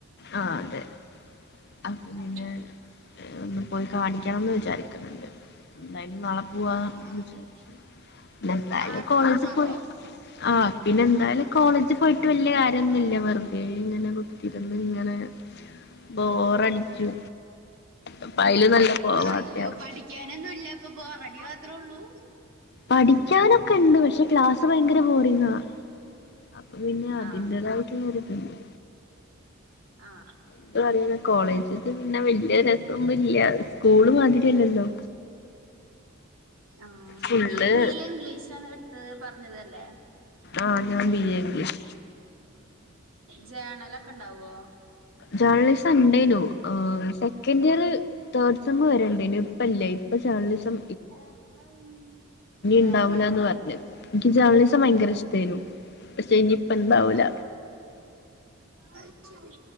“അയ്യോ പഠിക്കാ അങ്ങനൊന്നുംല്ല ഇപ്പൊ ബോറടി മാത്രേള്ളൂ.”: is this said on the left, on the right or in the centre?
Right